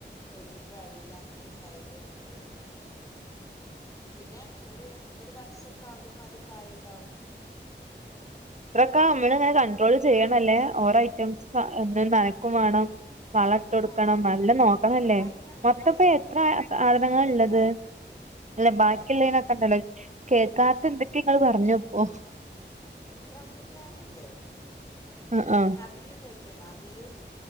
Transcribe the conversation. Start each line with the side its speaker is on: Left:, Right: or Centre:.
Left: തൊടുവിൻ്റ അരുവിലങ്ങനെ സൈഡില് കൊണ്ടോയങ്ങനെ വെക്കും പിന്നെ ഒര് ഒരു വർഷക്കെ ആകുമ്പോ അത് കായ്ണ്ടാവും <inaudible>
Right: ഇത്രെക്കെ നമ്മള്ങ്ങനെ കൺട്രോൾ ചെയ്യണല്ലേ ഓരോ ഐറ്റംസ് എന്നും നനക്കും വേണം വളട്ട് കൊടുക്കണം
Left: ആ
Right: നല്ല നോക്കണല്ലേ
Left: പൈനാ
Right: മൊത്തപ്പ
Left: പൈനാപ്പിളിനൊന്നും
Right: എത്ര സാധനങ്ങള്
Left: വളമൊന്നും ഇടണ്ട
Right: ഇള്ളത് അല്ല ബാക്കിയുള്ളയ്നൊക്കെണ്ടല്ലോ
Left: പൈനാപ്പിൾ
Right: കേക്കാത്ത എന്തൊക്കെങ്ങള് പറഞ്ഞുപ്പൊ
Left: റംമ്പുട്ടാന്ണ്ട്
Right: ആഹ്
Left: പിന്നെ
Right: ആഹ്
Left: അബിയു കേട്ട്ണ അബിയു